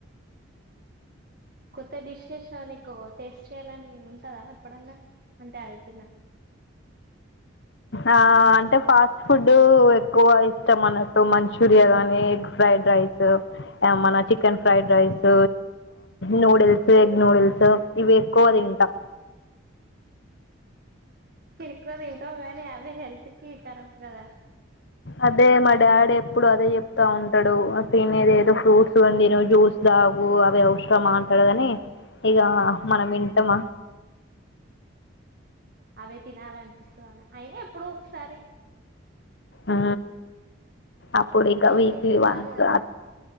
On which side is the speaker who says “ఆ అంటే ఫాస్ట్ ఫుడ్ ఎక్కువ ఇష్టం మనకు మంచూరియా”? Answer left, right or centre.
Left